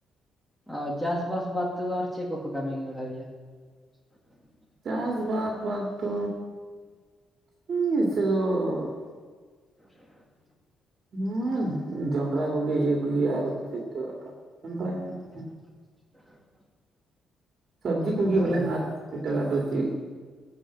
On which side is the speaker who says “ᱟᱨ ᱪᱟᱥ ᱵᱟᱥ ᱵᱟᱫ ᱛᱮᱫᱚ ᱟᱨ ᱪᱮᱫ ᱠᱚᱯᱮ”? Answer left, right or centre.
Centre